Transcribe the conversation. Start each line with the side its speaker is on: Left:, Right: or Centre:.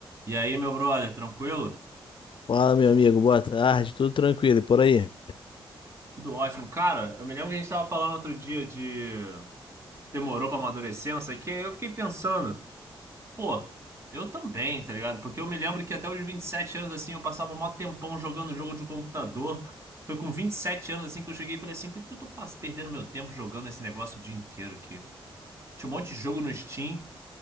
Right: E aí, meu brother, tranquilo?
Left: Fala, meu amigo, boa tarde, tudo tranquilo e por aí?
Right: Tudo ótimo. Cara, eu me lembro que a gente tava falando outro dia de demorou pra amadurecer, não sei o quê. Eu fiquei pensando, pô, eu também, tá ligado? Porque eu me lembro que até os 27 anos, assim, eu passava mó tempão jogando jogo de computador. Foi com 27 anos, assim, que eu cheguei e falei assim, por que que eu tô pas- perdendo meu tempo jogando esse negócio o dia inteiro aqui? Tinha um monte de jogo no Steam